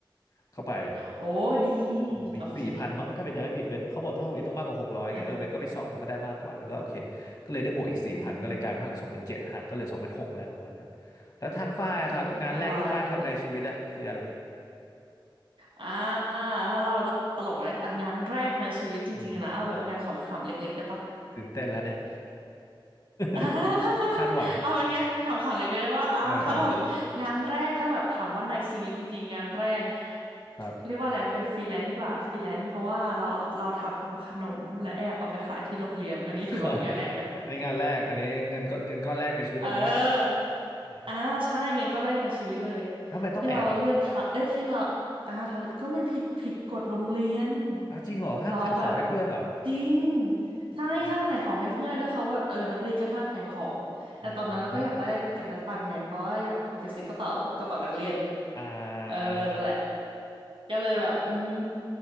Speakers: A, on the left; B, on the right.
A: เข้าไป
B: โอ้ดี
A: บวกอีกสี่พันมั้งถ้าเป็นจำไม่ผิดเป็นเขาบอกถ้าโทอีกต้องมากกว่าหกร้อยเงี้ยเออเบนก็ไปสอบแล้วก็ได้มากกว่าแล้วก็โอเค
B: โอเคอ่า
A: ก็เลยได้บวกอีกสี่พันก็เลยกลายเป็นเท่าไหร่สองหมื่นเจ็ดหักก็เหลือสองหมื่นหกอะไรประมาณนั้น
B: อืม
A: แล้วทางฝ้ายอะครับงานแรกที่ฝ้ายทำในชีวิตอะคืออะไร
B: โอ้ยสบายเลยอ่าถ้าเราจะตลกไหมอ่ะงานแรกในชีวิตจริงๆนะเอาแบบงานขำๆเล็กๆได้ปะ
A: อืมตื่นเต้นแล้วเนี่ย
B: <laughs> อ่า
A: <laughs> คาดหวัง
B: เอาเป็นไงขำๆเล็กๆว่าอ่าคาดหวังงานแรกถ้าแบบถามว่าในชีวิตจริงๆงานแรก
A: เออเออครับ
B: เรียกว่าอะไรเป็นฟรีแลนซ์ดีกว่าฟรีแลนซ์เพราะว่าเราเราทำขนมและแอบเอาไปขายที่โรงเรียนอันนี้ถือว่าเป็นงานแรกไหม
A: <laughs> อันนี้งานแรกอันนี้เงินก็เงินก้อนแรกในชีวิตเลยมั้งเนี่ย
B: เออ
A: แต่
B: อ่าใช่เงินก้อนแรกในชีวิตเลย
A: ทำไมต้องแอบอ่ะ
B: ที่เราเลือกทำเอ้ยที่เราอ่าทำก็มันผิดผิดกฎโรงเรียน
A: อ้าวจริงเหรอห้ามขายของให้เพื่อนเหรอ
B: เราแบบจริง
A: โอ้โห
B: ใช่ห้ามขายของให้เพื่อนก็เขาแบบเออนักเรียนก็ห้ามขายของแต่ตอนนั้นเราก็อยากได้อยากได้ตังค์ไงเพราะว่าอยากเอาไปซื้อกระเป๋ากระเป๋านักเรียน
A: อืมอ่
B: เออนั่นแหละ
A: า
B: ก็เลยแบบอืม